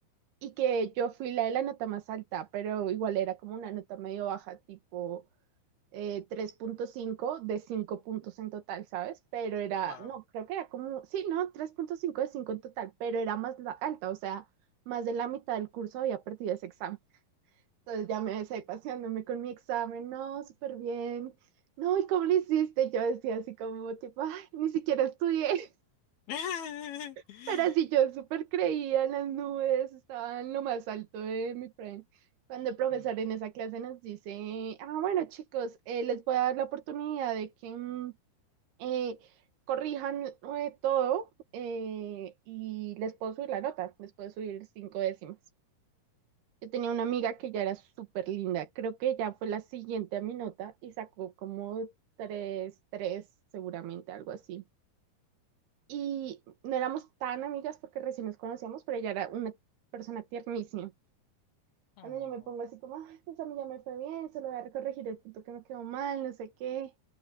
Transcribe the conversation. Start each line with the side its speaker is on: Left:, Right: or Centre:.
Right: y que yo fui la de la nota más alta, pero igual era como una nota medio baja, tipo eh, tres punto 5 de cinco puntos en total, ¿sabes? Pero era,
Left: Wow.
Right: no, creo que era como, sí, no, tres punto 5 de cinco en total, pero era más la- alta, o sea, más de la mitad del curso había perdido ese examen. Entonces ya me ves ahí paseándome con mi examen, no, súper bien. No, ¿y cómo lo hiciste? Yo decía así como tipo, ay, ni siquiera estudié,
Left: <laughs>
Right: <laughs> pero sí yo súper creía en las nubes, estaba en lo más alto de mi friend. Cuando el profesor
Left: Mm.
Right: en esa clase nos dice, ah, bueno chicos, eh, les voy a dar la oportunidad de que mm, eh, corrijan eh, todo eh, y les puedo subir la nota, les puedo subir cinco décimas. Yo tenía una amiga que ya era súper linda. Creo que ella fue la siguiente a mi nota y sacó como tres, tres, seguramente, algo así. Y no éramos tan amigas porque recién nos conocíamos, pero ella era una persona tiernísima.
Left: Oh,
Right: Cuando yo me pongo así como, "Ay, pues a mí ya me fue bien, solo voy a corregir el punto que me quedó mal, no sé qué.